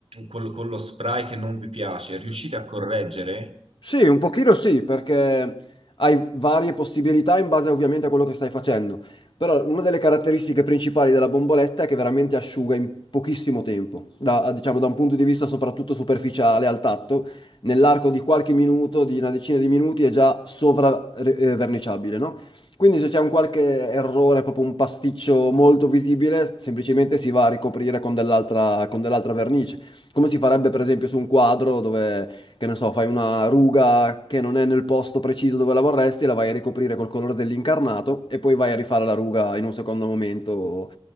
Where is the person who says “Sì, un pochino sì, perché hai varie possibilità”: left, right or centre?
Left